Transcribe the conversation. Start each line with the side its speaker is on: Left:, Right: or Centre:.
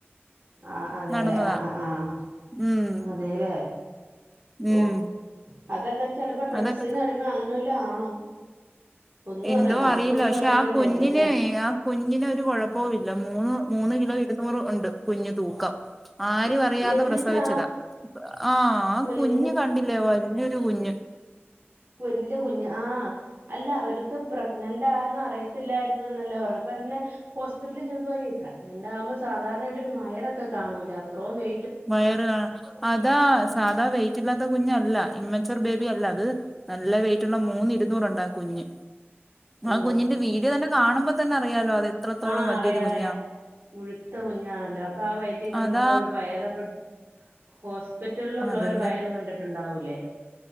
Right: ആഹ് അതെല്ലെ
Centre: നടന്നതാ
Right: ആഹ് ആഹ് ആഹ്
Centre: ഉം
Right: അതെല്ലേ
Centre: ഉം
Right: ഓഹ് അതൊക്കെ ചിലപ്പോ ഡ്രക്സിന്
Centre: അതൊക്കെ
Right: അടിമ അങ്ങനെ വല് ല്ല ആണോ ഒന്നും
Centre: എന്തോ
Right: അറിയ നമുക്കൊന്നും
Centre: അറിയില്ല പക്ഷെ
Right: അറിയത്തില്ല
Centre: ആ കുഞ്ഞിനെ
Right: ഇന്നത്തെ
Centre: ആ കുഞ്ഞിന് ഒരു കൊഴപ്പോവില്ല മൂന്ന് മൂന്ന് കിലോ ഇരുന്നൂറ് ഉണ്ട് കുഞ് തൂക്കം ആരും
Right: ഓ,
Centre: അറിയാതെ
Right: എന്നിട്ട്
Centre: പ്രസവിച്ചതാ
Right: ആ
Centre: ആഹ് ആ കുഞ്ഞ്
Right: എന്നി
Centre: കണ്ടില്ലേ വല് ല്ലോരു കുഞ്ഞ്
Right: വല്യ കുഞ്ഞു ആഹ് അല്ല അവർക്ക് പ്രഗ്നന്റ ആന്ന് അറിയത്തില്ലായിരുന്നുല്ല പറഞ്ഞ പോലന്നേ ഹോസ്പറ്റലി ചന്നപ്പോ ഈ പ്രഗ്ന എണ്ടാകുമ്പ സാധാരണായിട്ട് ഒരു വയറൊക്കെ കാണൂല്ലേ അത്രോം വെ
Centre: വയറ് കാണ അതാ സാധാ വെയ്ററില്ലാത്ത കുഞ്ഞല്ല ഇമ്മ ത്തർ ബേബി അല്ല അത് നല്ല വെയ് മൂന്ന് ഇരുന്നൂറ്ണ്ടാ കുഞ്ഞ്
Right: ഓ
Centre: ആ കുഞ്ഞിന്റെ വീട് തന്നെ കാണുമ്പോ തന്നെ അറിയാലോ അത് എത്രത്തോളം
Right: ആഹ
Centre: വലിയൊരു
Right: അറിയ അറിയ
Centre: കുഞ്ഞാ
Right: മുഴുത്ത കുഞ്ഞാണല്ലോ അപ്പൊ ആ വയറ്റി കിടന്നപ്പോ
Centre: അതാ
Right: അവര് വയറപ്പ ഹോസ്പ ഹോസ്പിറ്റലിലുള്ളൊരു
Centre: അതല്ലേ
Right: വയറ് കണ്ടിട്ടുണ്ട് ണ്ടാവൂലെ